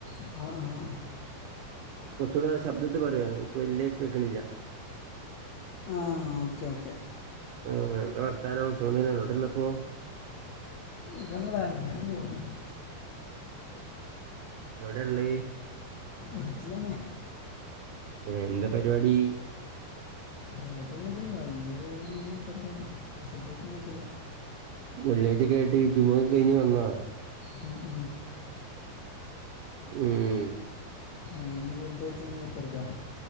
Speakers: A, on the left; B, on the right.
A: <unintelligible>
B: കുറച്ചൂടെ ശബ്ദത്തി പറയോ എനിക്ക് വലിയ കേക്കണില്ല
A: ആ ഓക്കേ ഓക്കെ
B: ആ എന്താ വർത്താനം സുഖം തന്നെയണ എവിടുള്ളപ്പം
A: ങ്ങന പോന്ന്
B: എവിടെള്ള
A: നാട്ടിലെന്നെ
B: എന്താ പരിപാടി
A: <inaudible>
B: വെള്ളിയഴ്ച്ചക്കയിട്ട് ചുമ ക്കെ കഴിഞ്ഞ് വന്നാ
A: മം ഉം
B: ഉം
A: ഴഞ്ഞ ഫുഡ് കഴിച്ചു കഴിഞ്ഞ് ത്തിർക്കാം